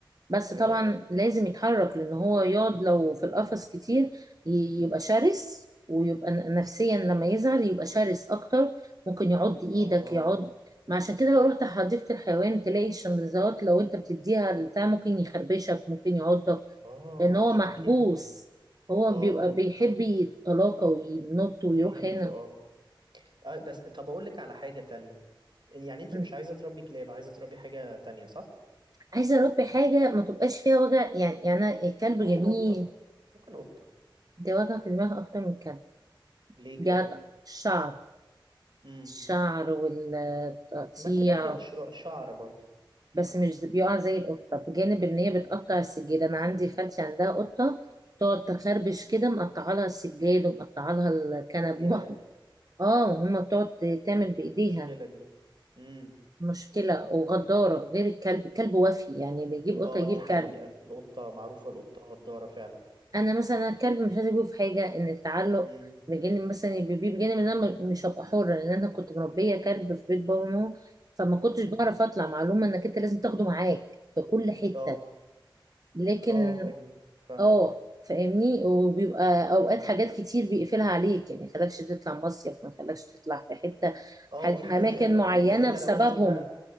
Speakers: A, on the right; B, on the right.
A: بس
B: ايوه
A: طبعا لازم يتحرك لان هو يقعد لو في القفص كتير ي-
B: امم
A: يبقى شرس ويبقى ن- نفسيا لما يزعل يبقى شرس اكتر ممكن يعض ايدك
B: اه
A: يعض ما عشان كده لو رحت حديقة الحيوان تلاقي الشمبانزيات لو انت بتديها البتاع ممكن يخربشك ممكن يعضك
B: اه
A: لان هو
B: عشان
A: محبوس
B: كده
A: هو
B: اه
A: بيبقى بيحب يتلاقى وينط ويروح
B: فهمت
A: هنا
B: اه آه، بس طب اقول لك على حاجه تانية يعني انت
A: م.
B: مش عايزه تربي كلاب عايزه تربي حاجه تانية صح
A: عايزة اربي حاجة ما تبقاش فيها وجع يعني يعني أنا الكلب
B: ممكن
A: جميل
B: قطه ممكن قطه
A: ده وجع في دماغ اكتر من الكلب
B: ليه
A: بيعض
B: كده
A: الشعر
B: امم
A: الشعر والتقطيع
B: ما الكلاب فيها شر- شعر برضو
A: بس مش بيقع زي القطة بجانب ان هي بتقطع السجاد انا عندي خالتي عندها قطة تقعد تخربش
B: امم
A: كده مقطعة لها السجاد ومقطعة لها الكنب
B: ياه
A: <laughs> اه هما بتقعد تعمل بايديها
B: دي مشكلة دي امم
A: مشكلة وغدارة غير الكلب الكلب وفي يعني بيجيب قطة
B: اه
A: يجيب
B: دي حقيقة
A: كلب
B: القطة معروفة القطة غدارة فعلا
A: انا مثلا الكلب مش عايزه اجيبه في حاجه ان التعلق
B: امم
A: بجانب مثلا بيبيه بجانب ان انا م- مش هبقى حره لان انا كنت مربيه كلب في بيت بابا وماما فما كنتش
B: امم
A: بعرف اطلع معلومه انك انت لازم تاخده معاك في كل حته
B: اه
A: لكن
B: اه فاهم فاهم
A: اه فاهمني وبيبقى
B: امم
A: اوقات حاجات كتير بيقفلها عليك يعني ما يخلكش تطلع مصيف ما يخلكش تطلع في حته
B: اه
A: ح-
B: دي حقيقة
A: اماكن معينه
B: ولا- الا
A: بسببهم
B: لو انتي بقى